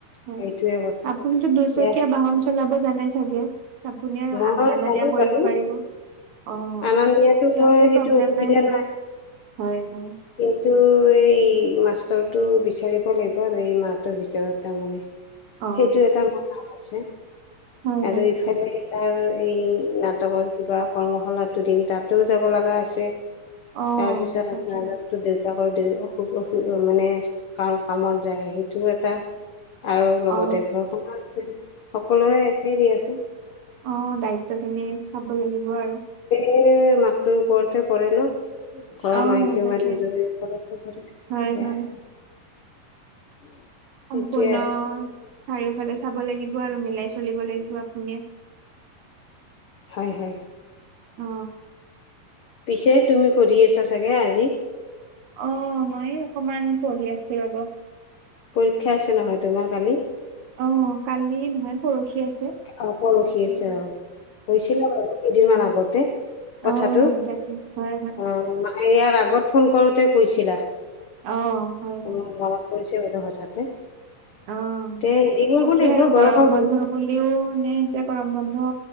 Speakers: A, on the right (about 65°); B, on the left (about 80°).
A: হয়।
B: সেইটোৱে কথা
A: আপুনিটো দুইচকীয়া
B: দিয়া
A: বাহন চলাব জানে চাগে? আপুনিয়ে
B: মই
A: আনা-নিয়া
B: জানো
A: কৰিব
B: বাৰু
A: পাৰিব। অ', -
B: অনা
A: অ',
B: নিয়াতো
A: তেতিয়া
B: মই
A: হ'লে লে
B: সেইটো
A: প্ৰব্লেম
B: অসুবিধা
A: নাই হয়-হয়।
B: কিন্তু এই মাষ্টৰটো বিচাৰিব লাগিব আৰু এই মাহটোৰ ভিতৰত তাৰমানে
A: অ
B: সেইটো এটা মোৰ কাম আছে
A: হয়
B: আৰু
A: হয়
B: ইফালে তাৰ এই নাটকৰ কিবা কৰ্মশালাটো দুদিন তাতো যাব লগা আছে।
A: অ
B: তাৰপিছত
A: তাকে
B: আপোনাৰ <unintelligible> দেউ দেউতাকৰ দৰেই অসুখ অসু মানে কাৰ কামত যায় সেইটো এটা আৰু
A: অ
B: লগতে ঘৰখনো আছে সকলো একেই দিয়াচোন।
A: অ', দায়িত্ব খিনিত চাব লাগিব আৰু
B: এহ মাকটোৰ ওপৰতে পৰে ন' ঘৰৰ
A: অ
B: মাইকী
A: তাকে
B: মানুহজনীৰ ওপৰত পৰে সেয়া
A: হয় হয়
B: আৰু সেইটোৱে
A: সম্পূৰ্ণ
B: আৰু
A: চাৰিওফালে চাব লাগিব আৰু মিলাই চলিব লাগিব আপুনি
B: হয়-হয়
A: অ',
B: পিছে তুমি পঢ়ি আছা চাগে আজি?
A: অ', মই অকমান পঢ়ি আছোঁ ৰব
B: পৰীক্ষা আছে নহয় তোমাৰ কালি?
A: অ', কালি নহয় পৰহি আছে।
B: অ', পৰহি
A: তাকে
B: আছে অ', গৈছিলে বাৰু কেইদিনমান আগতে
A: অ
B: কথাটো অ',
A: তাকে হয় হয়
B: মায়ে ইয়াৰ আগত ফোন কৰোঁতে কৈছিলা।
A: অ হয়
B: মোৰ মনত পৰিছে বাৰু হঠাতে
A: অ'
B: তে হেৰি কৰিব
A: তাকেই
B: লাগিব
A: আৰু গৰম
B: গৰমৰ
A: বন্ধ বুলিও। এতিয়া গৰম বন্ধ